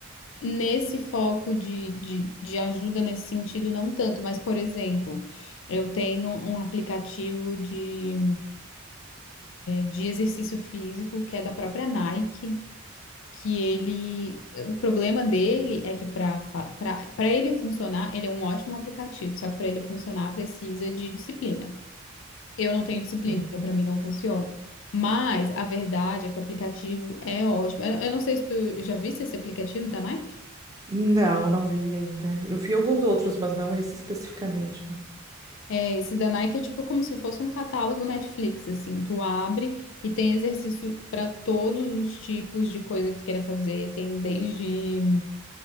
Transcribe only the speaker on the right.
Hum.
Não, não vi ainda. Eu vi alguns outros, mas não esse especificamente. não.